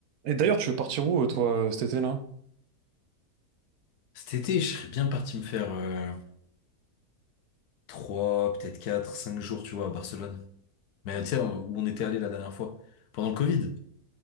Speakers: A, on the right (about 75°); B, on the left (about 85°).
A: Et d'ailleurs, tu veux partir où, euh, toi, euh, cet été, là?
B: Cet été, je serais bien parti me faire euh, 3, peut-être 4, 5 jours, tu vois, à Barcelone. Mais tu sais, euh, où on était allé la dernière fois, pendant le Covid.